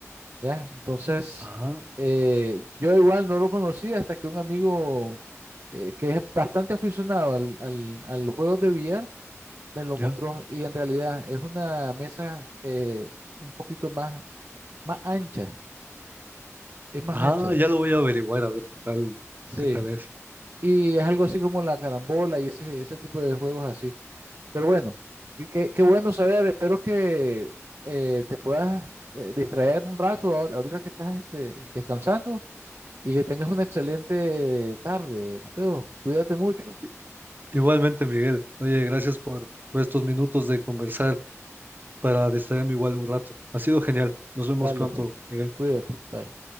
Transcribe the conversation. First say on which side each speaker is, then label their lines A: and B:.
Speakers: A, on the right; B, on the right.
A: ¿ya? Entonces,
B: Ah,
A: eh, yo igual no lo conocía hasta que un amigo eh, que es bastante aficionado al, al, a los juegos de billar me lo
B: ya.
A: mostró y en realidad es una mesa eh, un poquito más, más ancha, es más
B: Ah,
A: ancha,
B: ya lo voy a averiguar a ver qué tal,
A: sí.
B: qué tal es.
A: Y es algo así como la carambola y ese, ese tipo de juegos así. Pero bueno, y qué, qué bueno saber. Espero que eh, te puedas eh, distraer un rato ahora- ahorita que estás este, descansando y que tengas una excelente tarde, Mateo. Cuídate mucho.
B: I- Igualmente, Miguel. Oye, gracias por, por estos minutos de conversar para distraerme igual un rato. Ha sido genial. Nos vemos
A: Dale,
B: pronto,
A: pues.
B: Miguel.
A: Cuídate. Bye.